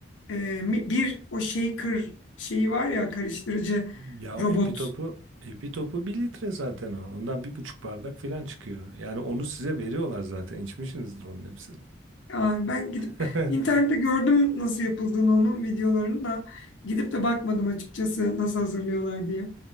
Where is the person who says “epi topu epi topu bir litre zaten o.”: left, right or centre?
Right